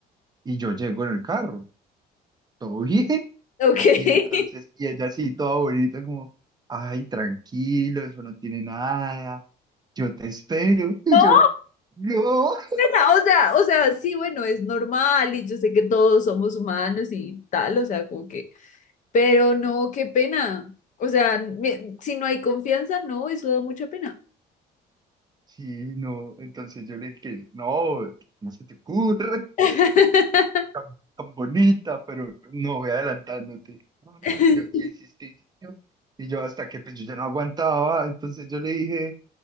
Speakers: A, on the right; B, on the left.
A: y yo llego en el carro, todo bien. <laughs>
B: Ok. <laughs>
A: Y entonces, y ella así, toda bonita, como, ay, tranquilo, eso no tiene nada, yo te espero. <laughs> Y
B: No,
A: yo, no, <laughs>
B: espera, o sea, o sea, sí, bueno, es normal y yo sé que todos somos humanos y tal, o sea, como que, pero no, qué pena. O sea, me- si no hay confianza, no, eso da mucha pena.
A: sí, no. Entonces yo le dije, no, no se te ocurre.
B: <laughs>
A: tan, tan bonita, pero no voy adelantándote. No, no,
B: Esperando
A: que yo, y insistí, insistió, y yo hasta que pues yo ya no aguantaba, entonces yo le dije,